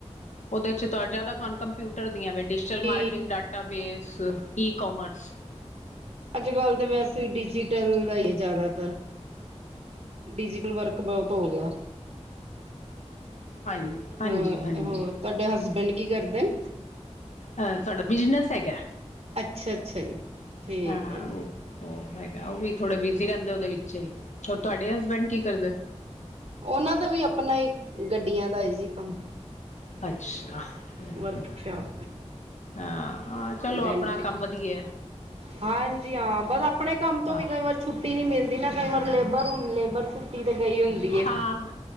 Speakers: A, on the left (about 80°); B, on the right (about 60°).
A: ਉਦੇ 'ਚ ਤੁਹਾ ਜਿਆਦਾ ਤੁਹਾਨੂੰ ਕੰਪਿਊਟਰ ਦੀਆਂ ਵੀ ਡਿਜ਼ਟਲ
B: ਠੀਕ
A: ਮਾਰਕਟਿੰਗ ਡਾ ਟਾ ਬੇਸ ਈ ਕੋਮਰਸ।
B: ਅੱਜ-ਕੱਲ 'ਤੇ ਵੈਸੇ ਡਿਜ਼ੀਟਲ ਦਾ ਈ ਏ ਜ਼ਿਆਦਾਤਰ। ਡਿਜ਼ੀਟਲ ਵਰਕ ਬੋਤ ਹੋ ਗਿਆ।
A: ਹਂ ਹਾਂਜੀ-ਹਾਂਜੀ।
B: ਹਾਂ ਹੋਰ ਤੁਹਾਡੇ ਹਜਬੈਂਡ ਕੀ ਕਰਦੇ ਅਨ?
A: ਅ ਸਾਡਾ ਬਿਜ਼ਨਸ ਐਗਾ।
B: ਅੱਛਾ-ਅੱਛਾ ਜੀ। ਠੀਕ
A: ਹਾਂ
B: ਹੈ ਜੀ
A: ਓ, ਓ ਹੈਗਾ ਓ ਵੀ ਥੋੜੇ ਬਿਜੀ ਰਹਿੰਦੇ ਉਦੇ ਵਿੱਚ ਈ। ਔ ਤੁਹਾਡੇ ਹਸਬੈਂਡ ਕੀ ਕਰਦੇ?
B: ਉਨਾਂ ਦਾ ਵੀ ਆਪਣਾ ਈ ਗੱਡੀਆਂ ਦਾ ਜੀ ਕੰਮ।
A: ਅੱਛਾ ਹਾਂਜੀ।
B: ਵਰਕਸ਼ਾਪ
A: ਅ ਆ ਚਲੋ
B: ਡੈਂਟਿੰਗ
A: ਆਪਣਾ ਕੰਮ ਵਧੀਐ।
B: ਹਾਂਜੀ ਹਾਂ ਬਸ ਆਪਣੇ ਕੰਮ ਤੋਂ
A: ਹਾਂ
B: ਵੀ ਕਈ ਵਾਰ ਛੁੱਟੀ ਨੀ ਮਿਲਦੀ ਨਾ ਕਈ ਵਾਰ ਲੇ ਬਰ ਹੁਣ ਲੇਬਰ ਛੁੱਟੀ 'ਤੇ ਗਈ ਹੁੰਦੀ
A: ਹਾਂ
B: ਏ।